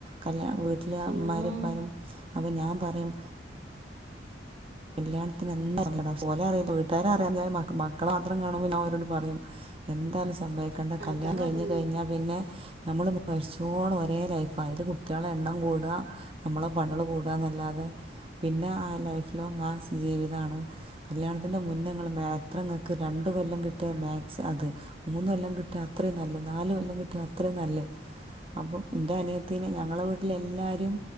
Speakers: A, on the right; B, on the right.
A: കല്യാ വീട്ടില്
B: ഉം
A: ഉമ്മാരും ഉപ്പാ രും അപ്പൊഞാൻ പറയും അല്ല കല്ല്യാണത്തിന് എന്താ പോലെ അറ വീട്ടുകാര്അറിയാതെ മക്കളെ മാത്രം കാണുമ്പോ ഞാ ൻഅവരോട് പറയും എന്താലും സമ്മക്കേണ്ട കല്യാണം
B: അതാ നല്ലത്
A: കഴിഞ്ഞകഴിഞ്ഞാൽ പിന്നെ നമ്മള് മരിച്ചൂട ഒരേ ലൈഫ അയല് കുട്ടികളെ എണ്ണം കൂടുക നമ്മളെ പണികള് കൂടുക എന്നല്ലാതെ പിന്നെ ആ ലൈഫ് ലോ ആ ജീവിതമാണ് കല്യാണത്തിൻ്ന്റെ മുന്നേങ്ങൾ മാത്രങ്ങൾക്ക് രണ്ട കൊല്ലം കിട്ടിയാൽ മാക് അത് മൂന്ന് കൊല്ലം കിട്ടിയ അത്രയും നല്ല നാല് കൊല്ലം കിട്ടിയ അത്രയും നല്ലത് അപ്പം എന്റെ അനിയത്തിനെ ഞങ്ങള വീട്ടിൽ എല്ലാരും